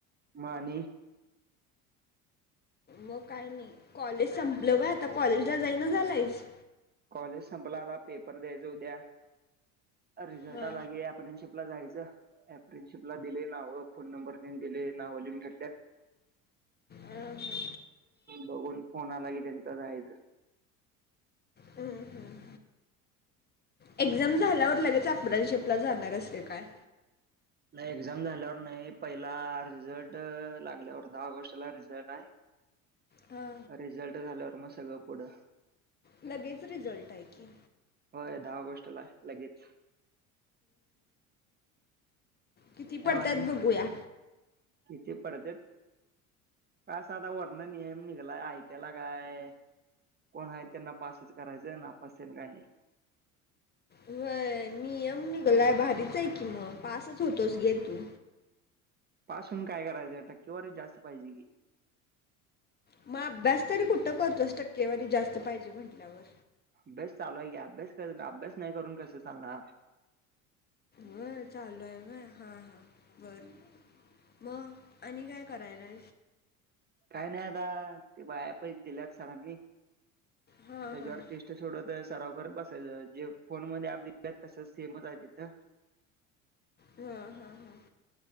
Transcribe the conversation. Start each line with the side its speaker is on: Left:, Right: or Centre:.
Right: म आणि
Left: मग काय नाही, कॉलेज संपलं व्हय आता कॉलेजला जाईना झालायस.
Right: कॉलेज संपला, आता पेपर द्यायचे उद्या. रिझल्ट
Left: हा
Right: आला की आपण अप्रेनशिपला जायचं. अप्रेनशिपला दिले नाव, फोन नंबर देऊन दिले, नाव लिहून घेतल्यात.
Left: अ हम्म
Right: बघून फोन आला की त्यांचा जायचं.
Left: हम्म हम्म एक्झाम झाल्यावर लगेच अप्रेनशिपला जाणार आहेस का काय?
Right: नाही, एक्झाम झाल्यावर नाही, पहिला रिझल्ट लागल्यावर दहा ऑगस्टला रिझल्ट आहे.
Left: हा
Right: रिझल्ट झाल्यावर मग सगळं पुढं
Left: लगेच रिझल्ट आहे की?
Right: होय, दहा ऑगस्टला हाय लगेच.
Left: किती पडतात
Right: मग आणि
Left: बघूया.
Right: किती पडत्यात. का साधा वरण नियम निघलाय आहेय त्याला काय. कोण आहे त्यांना पासच करायचं, नापास ते काही नाही.
Left: व्हय, नियम निघलाय भारीचय की मग पासच होतोस रे तू
Right: पास होऊन काय करायचंय? टक्केवारी जास्त पाहिजे की.
Left: मग अभ्यास तरी कुठं करतोस टक्केवारी जास्त पाहिजे म्हटल्यावर?
Right: अभ्यास चालू आहे की, अभ्यास करुन अभ्यास नाही करून, कसं चालणार?
Left: व चालू ए काय हा हा बर. मग आणि काय करायला?
Right: काय नाही आता ते बाया प दिल्यात सरांनी त्याच्यावर
Left: हा हा
Right: टेस्ट.. थोड तर सराव करत बसायच जे फोन मध्ये ऍप दिलत तसच सेमच आहे तिथ.
Left: हम हम हां